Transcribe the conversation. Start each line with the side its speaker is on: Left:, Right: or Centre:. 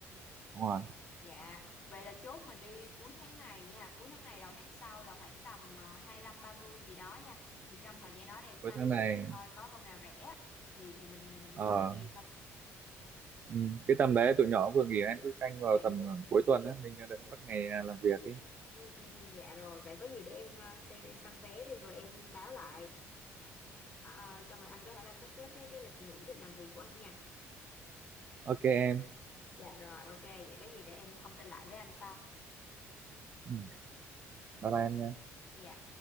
Right: đúng rồi
Left: Dạ, vậy là chốt mình đi cuối tháng này nha, cuối tháng này đầu tháng sau là khoảng tầm à, hai lăm ba mươi gì đó nha. Thì trong thời gian đó để em săn
Right: cuối tháng này
Left: săn coi có hôm nào rẻ thì thì mình mình
Right: ờ
Left: mua mình đi thôi.
Right: ừ. cái tầm đấy tụi nhỏ vừa nghỉ em cứ canh vào
Left: Dạ đúng
Right: tầm
Left: rồi.
Right: ờ, cuối tuần á mình đỡ mất ngày à, làm việc đi
Left: Ừ, ừ, dạ rồi, vậy có gì để em ờ, xem em săn vé đi rồi em báo lại. Ờ, ờ, xong rồi anh có thể là sắp xếp cái cái lịch nghỉ định làm việc của anh nha.
Right: ok em
Left: Dạ rồi, ok, vậy có gì để em thông tin lại với anh sau.
Right: ừ. bye bye em nha
Left: Dạ.